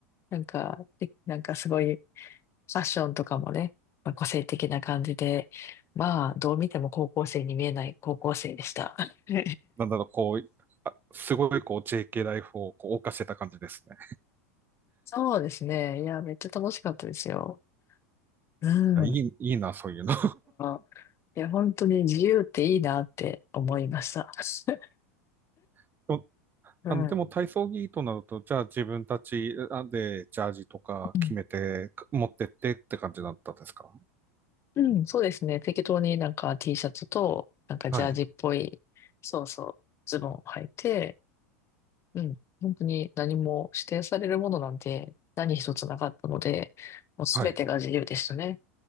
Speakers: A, on the left; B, on the right.
A: なんか、でなんかすごい、ファッションとかもね、まあ、個性的な感じで、まあ、どう見ても高校生に見えない高校生でした。<laughs>
B: なんだろう、こう、あすごいこう JK ライフをこう謳歌してた感じですね。
A: そうですね。いや、めっちゃ楽しかったですよ。うん。
B: あいい、
A: なん
B: いいな、そういうの。
A: かいや、本当に自由っていいなって思いました。<laughs>
B: <laughs> でも
A: うん。
B: あの、でも体操着となると、じゃあ自分たちあでジャージとか決めて持ってってって感じだったんですか
A: うん、うんそうですね。適当になんか T シャツと、なんかジャージっぽい、
B: はい。
A: そうそう、ズボンを履いて、うん、本当に何も指定されるものなんて何一つなかったので、もうすべてが自由でしたね。
B: はい。